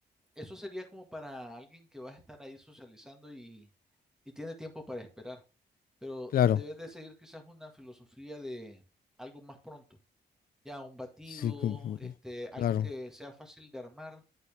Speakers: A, in the centre; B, on the left.
A: Eso sería como para alguien que va a estar ahí socializando y, y tiene tiempo para esperar. Pero
B: Claro,
A: debes de seguir quizás una filosofía de algo más pronto. Ya un batido,
B: sí, cu- cu-
A: este, algo
B: claro.
A: que sea fácil de armar,